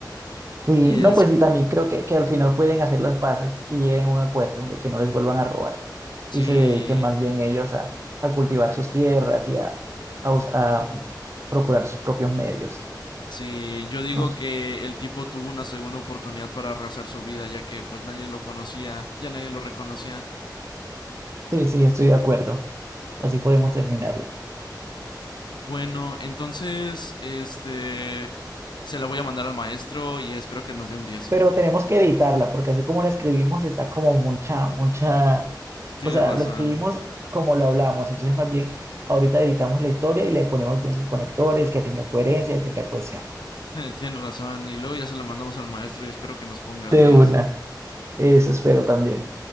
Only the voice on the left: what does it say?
Y es,
ah,
sí,
sí, yo digo
que el tipo tuvo una segunda oportunidad para rehacer su vida, ya que pues nadie lo conocía, ya nadie lo reconocía.
Bueno, entonces, este, se la voy a mandar al maestro y espero que nos dé un diez
Tienes
razón.
<laughs> Tienes razón. Y luego ya se la mandamos al maestro y espero que nos ponga
10.